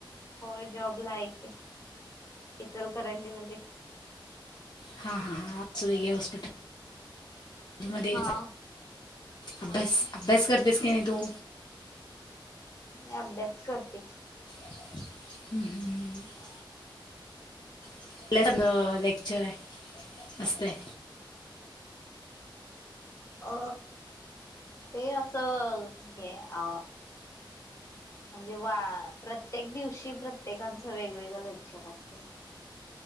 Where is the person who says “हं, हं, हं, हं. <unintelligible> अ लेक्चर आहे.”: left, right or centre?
Left